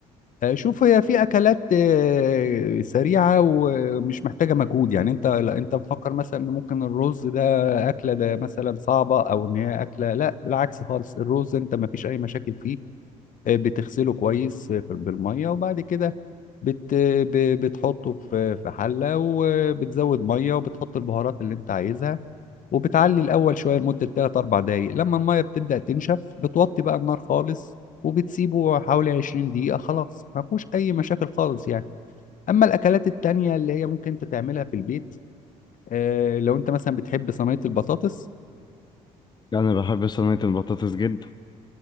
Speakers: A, on the left; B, on the left.
A: آه، شوف هي في اكلات آه، سريعه ومش محتاجه مجهود يعني انت لا انت مفكر مثلا ان ممكن الرز ده اكله ده مثلا صعبه او ان هي اكله لا بالعكس خالص الرز انت ما فيش اي مشاكل فيه آه، بتغسله كويس في- بالميه وبعد كده بت ب- بتحطه في في حله وبتزود ميه وبتحط البهارات اللي انت عايزها وبتعلي الاول شويه لمده 3 4 دقائق لما الميه بتبدا تنشف بتوطي بقى النار خالص وبتسيبه حوالي 20 دقيقه خلاص ما فيهوش اي مشاكل خالص يعني اما الاكلات التانية اللي هي ممكن انت تعملها في البيت آه، لو انت مثلا بتحب صينيه البطاطس
B: انا بحب صينية البطاطس جدا